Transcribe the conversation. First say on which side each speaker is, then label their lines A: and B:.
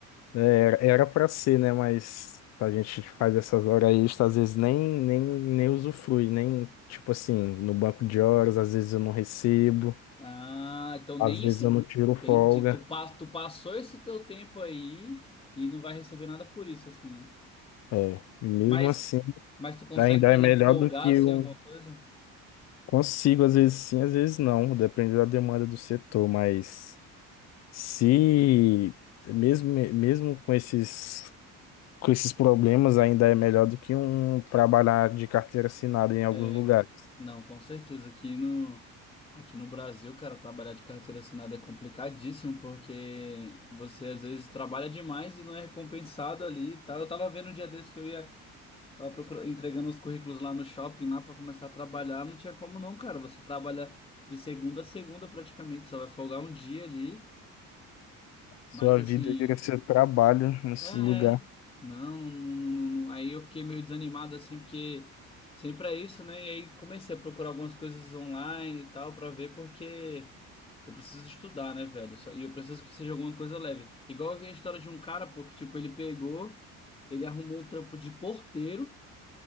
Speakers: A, on the left (about 55°); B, on the left (about 15°).
A: É, Era para ser, né? Mas a gente faz essas horas extras, às vezes nem, nem, nem usufrui, nem, tipo assim, no banco de horas, às vezes eu não recebo,
B: Ah, então nem
A: às vezes
B: esse...
A: eu não tiro folga.
B: Entendi, tu, pas- tu passou esse teu tempo aí e não vai receber nada por isso, assim, né?
A: É, e mesmo
B: Mas,
A: assim,
B: mas tu consegue,
A: ainda
B: por
A: é
B: exemplo,
A: melhor
B: folgar
A: do que eu
B: assim alguma coisa?
A: consigo, às vezes sim, às vezes não, depende da demanda do setor, mas se, mesmo, mesmo com esses, com esses problemas, ainda é melhor do que um trabalhar de carteira assinada em alguns
B: É,
A: lugares.
B: não, com certeza. Aqui no, aqui no Brasil, cara, trabalhar de carteira assinada é complicadíssimo porque você às vezes trabalha demais e não é recompensado ali e tal. Eu tava vendo um dia desse que eu ia, tava procurando, entregando os currículos lá no shopping lá para começar a trabalhar. Não tinha como não, cara. Você trabalha de segunda a segunda praticamente, só vai folgar um dia ali.
A: Sua
B: Mas assim,
A: vida vira seu trabalho nesse
B: É,
A: lugar.
B: é. não, não, não, não- não. aí eu fiquei meio desanimado assim, porque sempre é isso, né? E aí comecei a procurar algumas coisas online e tal pra ver, porque eu preciso estudar, né, velho? Só- E eu preciso que seja alguma coisa leve. Igual eu vi a história de um cara, pô, que tipo, ele pegou, ele arrumou um trampo de porteiro,